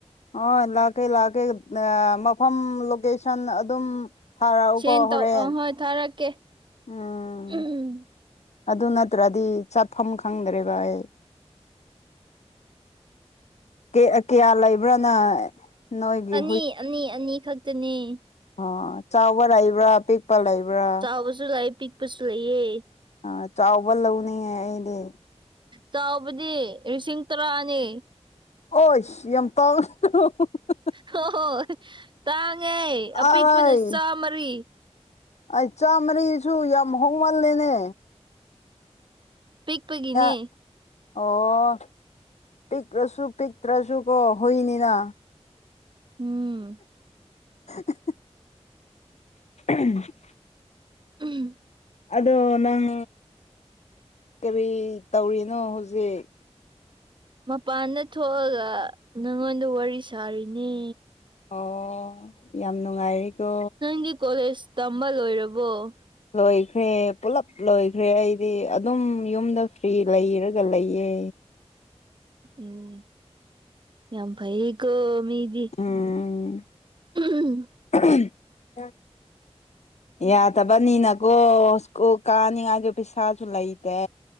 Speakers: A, on the left; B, on the right.
A: ꯍ‌ꯣꯏ ꯂꯥꯛꯀꯦ ꯂꯥꯛꯀꯦ ꯑ ꯃꯐꯝ ꯂꯣꯀꯦ ꯁꯟ ꯑꯗꯨꯝ ꯊꯥꯔꯛꯎꯀꯣ
B: ꯁꯦꯟ
A: ꯍꯣꯔꯦꯟ
B: ꯇꯧ ꯑ ꯍꯣꯏ ꯊꯥꯔꯛꯀꯦ
A: ꯎꯝ
B: ꯎꯝ
A: ꯑꯗꯨ ꯅꯠꯇ꯭ꯔꯗꯤ ꯆꯠꯐꯝ ꯈꯪꯗ꯭ꯔꯦꯕ ꯑꯩ ꯀ‌ꯦ ꯀꯌꯥ ꯂꯩꯕ꯭ꯔꯥꯅ ꯅꯣꯏꯒꯤ
B: ꯑꯅꯤ ꯑꯅꯤ ꯑꯅꯤ ꯈꯛꯇꯅ‌ꯦ
A: ꯑ ꯆꯥꯎꯕꯔ ꯂꯩꯕ꯭ꯔꯥ ꯄꯤꯛ ꯄ ꯂꯩꯕ꯭ꯔꯥ
B: ꯆꯥꯎꯕꯁꯨ ꯂꯩꯥ ꯄꯤꯛꯄꯁꯨ ꯂꯩꯌꯦ
A: ꯑ ꯆꯥꯎꯕ ꯂꯧꯅꯤꯡꯉꯦ ꯑꯩꯗꯤ
B: ꯆꯥꯎꯕꯗꯤ ꯂꯤꯁꯤꯡ ꯇꯔꯥꯅꯦ
A: ꯑꯣꯏꯁ ꯌꯥꯝ ꯇꯥꯡ <unintelligible>
B: ꯍꯣꯏ ꯇꯥꯡꯉꯦ ꯑꯄꯤꯛꯄꯅ
A: ꯑꯔꯥꯏ
B: ꯆꯥꯃꯔꯤ
A: ꯑꯩ ꯆꯥꯝꯃꯔꯤꯁꯨ ꯌꯥꯝ ꯍꯣꯡꯃꯜꯂꯦꯅꯦ
B: ꯄꯤꯛꯄꯒꯤꯅ‌ꯦ
A: ꯌꯥ ꯑꯣ ꯄꯤꯛꯔꯁꯨ ꯄꯤꯛꯇ꯭ꯔꯁꯨ ꯀꯣ ꯍꯨꯏꯅꯤꯅ
B: ꯎꯝ
A: <unintelligible> <unintelligible>
B: ꯎꯝ
A: ꯑꯗꯣ ꯅꯪ ꯀꯔꯤ ꯇꯧꯔꯤꯅꯣ ꯍꯧꯖꯤꯛ
B: ꯃꯄꯥꯟꯗ ꯊꯣꯛꯑꯒ ꯅꯉꯣꯟꯗ ꯋꯥꯔꯤ ꯁꯥꯔꯤꯅꯤ
A: ꯑꯣ ꯌꯥꯝ ꯅꯨꯡꯉꯥꯏꯔꯤꯀꯣ
B: ꯅꯪꯗꯤ ꯀꯣꯂꯦꯖ ꯇꯝꯕ ꯂꯣꯏꯔꯕꯣ
A: ꯂꯣꯏꯈ꯭ꯔꯦ ꯄꯨꯂꯞ ꯂꯣꯏꯈ꯭ꯔꯦ ꯑꯩꯗꯤ ꯑꯗꯨꯝ ꯌꯨꯝꯗ ꯐ꯭ꯔꯤ ꯂꯩꯔꯒ ꯂꯩꯌꯦ
B: ꯎꯝ ꯌꯥꯝ ꯐꯩꯌꯦꯀꯣ ꯃꯤꯗꯤ
A: ꯎꯝ
B: ꯎꯝ
A: <unintelligible> ꯌꯥꯗꯕꯅꯤꯅꯀꯣ ꯁ꯭ꯀꯨꯜ ꯀꯥꯅꯤꯡꯉꯥꯏꯒꯤ ꯄꯩꯁꯥꯁꯨ ꯂꯩꯇꯦ